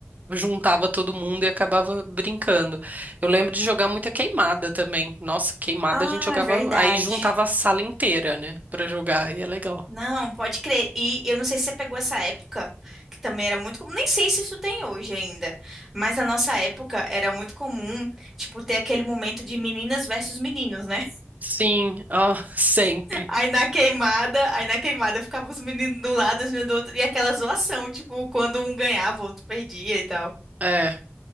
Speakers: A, on the right (about 35°); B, in the centre.
A: juntava todo mundo e acabava brincando. Eu lembro de jogar muita queimada também. Nossa, queimada
B: Ah,
A: a gente jogava,
B: é verdade.
A: aí juntava a sala inteira, né, pra jogar, e é legal.
B: Não, pode crer. E eu não sei se você pegou essa época, que também era muito comum. Nem sei se isso tem hoje ainda, mas na nossa época era muito comum, tipo, ter aquele momento de meninas versus meninos, né?
A: Sim, ó, <laughs> sempre.
B: <laughs> Aí na queimada, aí na queimada ficava os meninos do lado, as meninas do outro, e aquela zoação, tipo, quando um ganhava, o outro perdia e tal.
A: É,